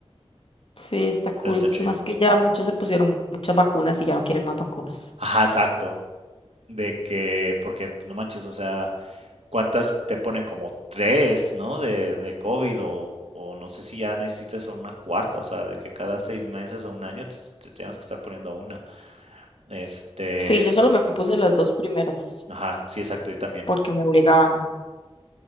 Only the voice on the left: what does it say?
Sí, está cool.
Y más que ya muchos se pusieron muchas vacunas y ya no quieren más vacunas.
Sí, yo solo me puse las dos primeras
porque me obligaban.